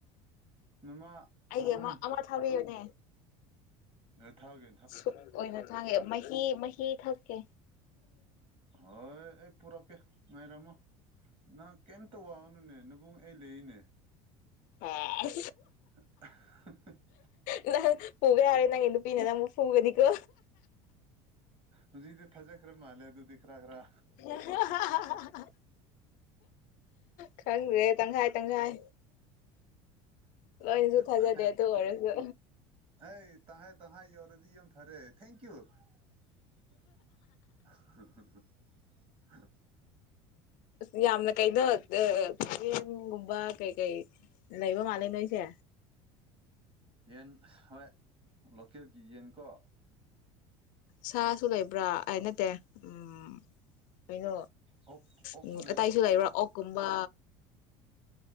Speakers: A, on the right; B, on the left.
A: ꯃꯃꯥ
B: ꯑꯩꯒꯤ
A: ꯑꯍꯨꯝ
B: ꯑꯃ ꯑꯃ ꯊꯥꯕꯤꯌꯨꯅꯦ
A: ꯊꯥꯒ
B: ꯁꯨꯛ ꯑꯣꯏꯅ ꯊꯥꯡꯉꯦ ꯃꯍꯤ ꯃꯍꯤ ꯊꯛꯀꯦ
A: ꯍꯣꯏ ꯑꯩ ꯄꯨꯔꯛꯀꯦ ꯉꯥꯏꯔꯝꯃꯣ ꯅꯪ ꯀꯩꯝꯇ ꯋꯥꯎꯅꯨꯅꯦ ꯅꯕꯨꯨꯡ ꯑꯩ ꯂꯩꯅꯦ
B: ꯑ
A: <unintelligible>
B: ꯪ ꯄꯨꯕ ꯌꯥꯔꯦ ꯅꯪꯒꯤ ꯅꯨꯄꯤꯅ ꯅꯪ ꯑꯃꯨꯛ ꯐ ꯄꯨꯒꯗꯤꯀꯣ
A: ꯍꯧꯖꯤꯛꯗꯤ ꯊꯥꯖꯈ꯭ꯔꯦ ꯃꯥꯜꯂꯦ ꯑꯗꯨꯗꯤ ꯈꯔ ꯈꯔ
B: ꯍ ꯈꯪꯗ꯭ꯔꯦ ꯇꯪꯈꯥꯏ ꯇꯪꯈꯥꯏ ꯂꯣꯏꯅꯤꯁꯨ ꯈꯥꯖꯗꯦ
A: ꯇꯪꯈꯥꯏ
B: ꯇ ꯑꯣꯏꯔꯁ
A: ꯑꯩ ꯇꯍꯥꯏ ꯇꯍꯥꯏ ꯌꯧꯔꯗꯤ ꯌꯥꯝ ꯐꯔꯦ ꯊꯦꯡ꯭ꯌꯨ <unintelligible>
B: ꯑ ꯌꯥꯝꯅ ꯀꯩꯅꯣ ꯆꯥꯌꯦꯦꯡꯒꯨꯝꯕ ꯀꯩ ꯀꯩ ꯂꯩꯕ ꯃꯥꯜꯂꯦ ꯅꯣꯏꯁꯦ
A: ꯌꯦꯟ ꯍꯣꯏ ꯂꯣꯀꯦꯜꯒꯤ ꯌꯦꯟ ꯀꯣ
B: ꯁꯥꯁꯨ ꯂꯩꯕ꯭ꯔꯥ ꯍꯥꯏ ꯅꯠꯇꯦ ꯎꯝ ꯀꯩꯅꯣ
A: ꯑꯣꯛ ꯑꯣꯛꯁꯨ
B: ꯎꯝ
A: ꯂꯩ
B: ꯑꯇꯇꯩꯁꯨ ꯂꯩꯕ꯭ꯔꯥ ꯑꯣꯛꯀꯨꯝꯕ